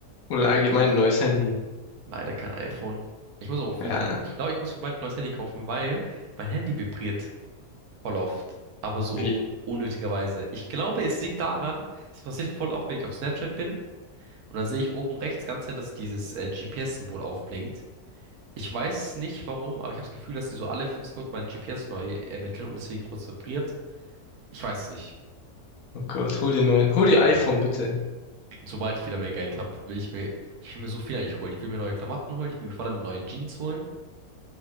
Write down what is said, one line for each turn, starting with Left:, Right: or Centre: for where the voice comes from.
Left: Oder allgemein ein neues Handy.
Right: Leider kein iPhone. Ich muss auch
Left: Ja,
Right: wieder, ich glaube, ich muss mir bald ein neues Handy kaufen, weil mein Handy vibriert voll oft. Aber so
Left: wie?
Right: unnötigerweise. Ich glaube, es liegt daran, es passiert voll oft, wenn ich auf Snapchat bin. Und dann sehe ich oben rechts ganze Zeit, dass dieses äh, GPS-Symbol aufblinkt. Ich weiß nicht warum, aber ich habe das Gefühl, dass die so alle fünf Sekunden mein GPS neu ermitteln und deswegen kurz vibriert. Ich weiß es nicht.
Left: Oh Gott, hol dir ein neu, hol dir iPhone, bitte.
Right: Sobald ich wieder mehr Geld habe, will ich mir, ich will mir so viel eigentlich holen. Ich will mir neue Klamotten holen, ich will mir vor allem neue Jeans holen,